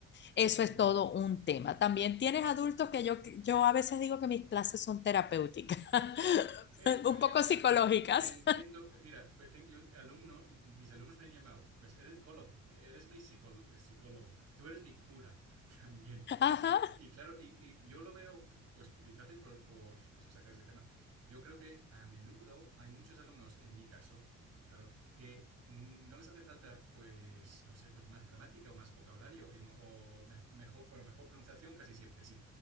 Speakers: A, on the left; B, on the right.
A: Eso
B: Mm,
A: es todo un tema. También tienes adultos que yo, yo a veces digo que mis clases son terapéuticas, <laughs>
B: Eh, Mariana,
A: un poco psicológicas.
B: te, entiendo. te entiendo. Mira, pues tengo- yo, alumno, mis alumnos me han llamado. Pues eres, Colom, eres mi psicol- psicólogo. Tú eres mi cura <laughs> también.
A: <laughs> Ajá,
B: Y, y claro, y, y yo lo veo, pues y gracias por, por eso sacar ese tema. Yo creo que a menudo hay muchos alumnos, en mi caso, claro, que no les hace falta, pues, no sé, pues más gramática o más vocabulario y o mejor, bueno, mejor pronunciación casi siempre, sí.